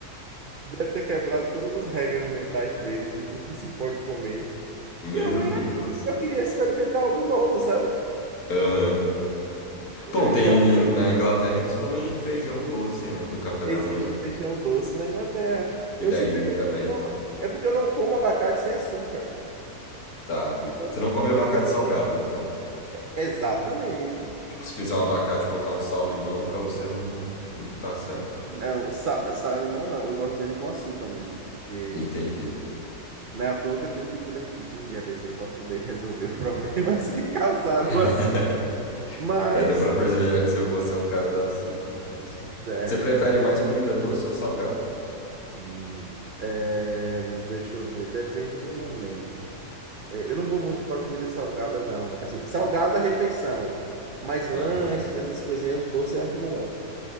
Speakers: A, on the right; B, on the left.
A: Deve ter quebrado todas as regras mentais dele de do que se pode comer.
B: Meu
A: E eu nem
B: Deus.
A: aí. Eu queria experimentar algo novo, sabe?
B: Aham. Bom,
A: Né,
B: tem
A: E ó, eu-
B: na Inglaterra eles comem feijão doce, né, no café
A: existe
B: da manhã.
A: feijão doce na Inglaterra. Eu
B: E daí
A: simplesmente botei
B: aí,
A: uma... É porque eu não como abacate sem açúcar.
B: tá.
A: Então,
B: Você não come abacate
A: eu poderia...
B: salgado, então.
A: Exatamente.
B: Tipo, se fizer um abacate, colocar um sal, limão, pra você não não tá certo.
A: Não, sa sal-limão não, eu gosto dele com açúcar mesmo, porque
B: Entendi.
A: não é à toa que eu tenho que ir pro dentista um dia desse aí para poder resolver os problemas <laughs> que causaram
B: <laughs>
A: o açúcar. Mas,
B: É, deu pra perceber que você você é um cara da açúcar, do açúcar.
A: é,
B: Você prefere
A: é,
B: mais comida doce ou salgado?
A: hum, é, deixa eu ver, depende do momento. É, eu não vou muito para comida salgada, não. Assim, salgada, refeição, mas lanches,
B: Aham.
A: essas coisinhas, doce eu acho melhor.